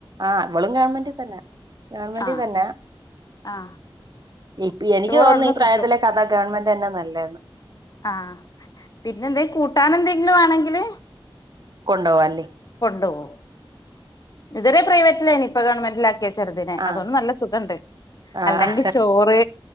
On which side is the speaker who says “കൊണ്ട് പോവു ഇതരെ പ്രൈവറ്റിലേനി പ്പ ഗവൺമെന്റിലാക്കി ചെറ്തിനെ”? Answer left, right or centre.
Left